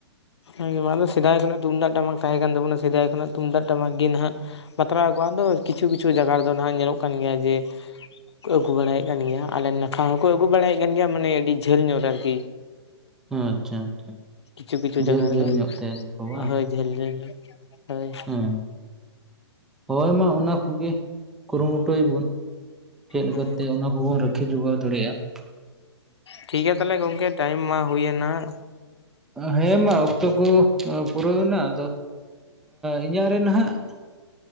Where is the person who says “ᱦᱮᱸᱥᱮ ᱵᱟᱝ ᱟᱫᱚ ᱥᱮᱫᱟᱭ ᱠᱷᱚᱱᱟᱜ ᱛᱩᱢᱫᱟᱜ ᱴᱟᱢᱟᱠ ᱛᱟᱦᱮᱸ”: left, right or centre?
Left